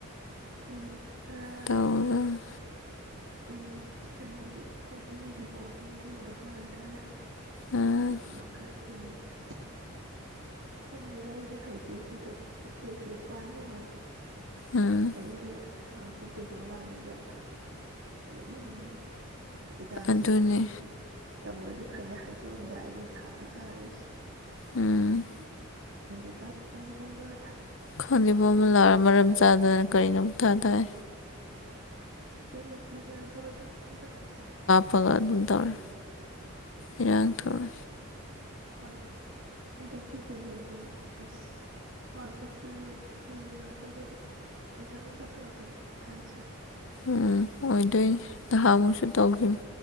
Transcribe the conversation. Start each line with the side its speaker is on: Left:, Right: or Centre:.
Right: ꯎꯝ ꯑꯔꯥꯏ ꯑꯔꯥꯏꯕꯗꯣ
Left: ꯇꯧꯒꯗꯝꯅꯤ
Right: ꯎꯝ ꯀꯩꯅꯣꯒꯤ ꯀꯣꯗꯤꯡ ꯗꯤ ꯀꯣꯗꯤꯡꯒꯨꯝꯕꯗꯣ ꯍꯪꯒꯟꯗ꯭ꯔꯅꯦ
Left: ꯎꯝ
Right: ꯑꯗꯨ ꯃꯈꯩ ꯌꯦꯁ ꯈꯪꯗꯦꯗ ꯑꯩꯁꯨ ꯍꯩꯇꯦ ꯍꯟꯗꯛ ꯏꯁꯇꯦꯠꯀꯤꯗꯣ ꯊꯋꯥꯏ ꯌꯥꯝ ꯅꯨꯡꯉꯥꯏꯇꯦ
Left: ꯎꯝ
Right: ꯀꯩꯒꯤ ꯃꯥꯔ ꯇꯨ ꯄꯦꯄꯔ ꯋꯥꯟꯁꯤꯗ ꯑꯗꯨꯝ ꯑꯦꯛꯖꯥꯝꯁꯦ
Left: ꯑꯗꯨꯅꯤ
Right: ꯇꯧꯔꯗꯤ ꯐꯩꯌꯦ ꯍꯥꯏꯗꯣꯛ ꯑꯝꯗꯥꯏ ꯃꯊꯥ ꯌꯥꯝ ꯁꯥꯔꯤꯖꯦ
Left: ꯎꯝ
Right: ꯃꯦ ꯀꯞ ꯐꯣꯝ ꯐꯣꯝ ꯔ
Left: ꯈꯪꯗꯦ ꯕꯣꯝꯕꯨꯂꯥꯔ ꯃꯔꯝ ꯆꯥꯗꯅ ꯀꯔꯤꯅꯣ ꯑꯃꯨꯛ ꯊꯥꯔꯤꯁꯦ ꯇꯥꯏ
Right: ꯆꯦꯅ ꯊ ꯀꯩꯅꯣ ꯇꯧꯔꯣꯏꯗ꯭ꯔꯣ ꯍꯟꯗꯛꯁ
Left: ꯄꯒ ꯑꯗꯨꯝ ꯊꯧꯂꯦ ꯏꯔꯥꯡ ꯊꯧꯋꯦ
Right: ꯍꯣꯏ ꯍꯟꯗꯛꯀꯤ ꯀꯩꯅꯣꯗꯨ ꯑꯁ ꯋꯥꯔꯜ ꯀꯞꯇꯨꯖꯨ ꯌꯦꯡꯒꯗꯕꯗꯣ ꯑꯦꯛꯖꯥꯝ ꯑꯃꯨꯛ ꯇꯁꯜꯂꯛꯇꯅ ꯃꯥꯊꯥ ꯌꯥꯝꯁꯥꯏ
Left: ꯎꯝ ꯑꯣꯏꯗꫭꯏꯅꯦ ꯅꯍꯟ ꯃꯨꯛꯁꯨ
Right: ꯑꯇꯣꯞꯄ
Left: ꯇꯧꯒꯤꯝꯅꯤ